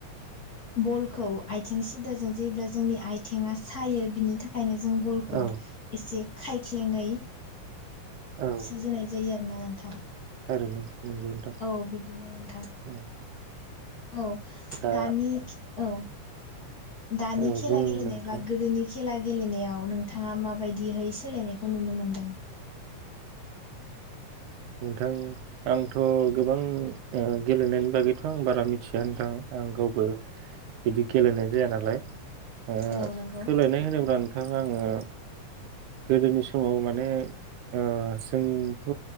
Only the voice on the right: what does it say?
औ
औ
थारैनो। नंगौ नोंथां
औ
दा
औ
बुं
नोंथां
नोंथां आंथ गोबां गेलेनायनि बागैथ आं बारा मिथिया नोंथां आं गावबो बिदि गेलेनाय जाया नालाय ओ
सोलायनाय होनोब्ला नोंथां आं ओ गोदोनि समाव माने ओ जोंथ